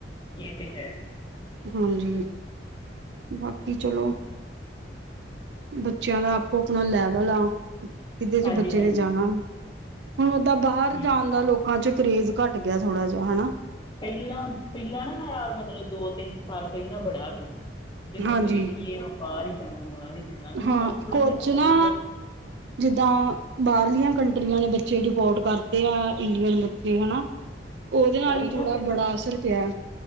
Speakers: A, on the left; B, on the right.
A: ਇਹ ਤੇ ਹੈ।
B: ਹਾਂਜੀ, ਬਾਕੀ ਚਲੋ ਬੱਚਿਆਂ ਦਾ ਆਪੋ ਆਪਣਾ ਲੈਵਲ ਆ, ਕਿਧੇ'ਚ
A: ਹਾਂਜੀ
B: ਬੱਚੇ
A: ਹਾਂਜੀ
B: ਨੇ ਜਾਣਾ। ਹੁਣ ਓਦਾਂ ਬਾਹਰ
A: ਹੂੰ
B: ਜਾਣ ਦਾ, ਲੋਕਾਂ 'ਚ ਕਰੇਜ਼ ਘੱਟ ਗਿਆ ਥੋੜਾ ਜਿਹਾ, ਹਨਾ।
A: ਪਹਿਲਾਂ, ਪਹਿਲਾਂ ਨਾ ਮਤਲਬ, ਦੋ ਤਿੰਨ ਸਾਲ ਪਹਿਲਾਂ ਬੜਾ ਸੀ। ਜਿਹਨੂੰ
B: ਹਾਂਜੀ
A: ਵੇਖੀਏ ਉਹ ਬਾਹਰ ਹੀ ਜਾਣਾ, ਬਾਹਰ ਹੀ ਜਾਣਾ, ਤੇ
B: ਹਾਂ
A: ਹੁਣ ਥੋੜਾ
B: ਕੁੱਝ
A: ਜਿਹਾ ਪਤਾ
B: ਨਾ
A: ਨੀ
B: ਜਿੱਦਾਂ, ਬਾਹਰਲੀਆਂ ਕੰਟਰੀਆਂ ਨੇ ਬੱਚੇ ਡਪੋਰਟ ਕਰਤੇ ਆ, ਇੰਡੀਆ ਦੇ ਬੱਚੇ, ਹਨਾ। ਉਹਦੇ ਨਾਲ
A: ਉਹੀ
B: ਵੀ ਥੋੜ੍ਹਾ-ਬੜਾ
A: ਨਾ ਫਿਰ
B: ਅਸਰ ਪਿਆ,